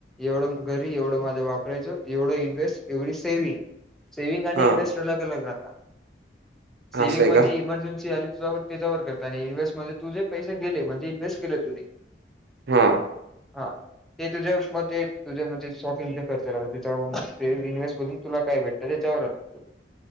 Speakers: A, in the centre; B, on the right.
A: एवढं घरी एवढं माझं वापरायचं एवढं इन्व्हेस्ट एवढी सेव्हिंग सेव्हिंग आणि
B: हां,
A: इन्व्हेस्ट अलग अलग राहता सेव्हिंग
B: असं आहे
A: म्हणजे
B: का?
A: इमर्जेन्सी आली तुझा त्याच्यावर करता आणि इन्व्हेस्ट म्हणजे तुझे पैसे गेले म्हणजे इन्व्हेस्ट केले तुने
B: हां,
A: हा ते तुझे म ते तुझ्या म्हणजे शॉपिंगचा खर्चा लागलं तेच्यामुळ ते इन्व्हेस्ट मधून तुला काय भेटत त्या त्याच्यावर असत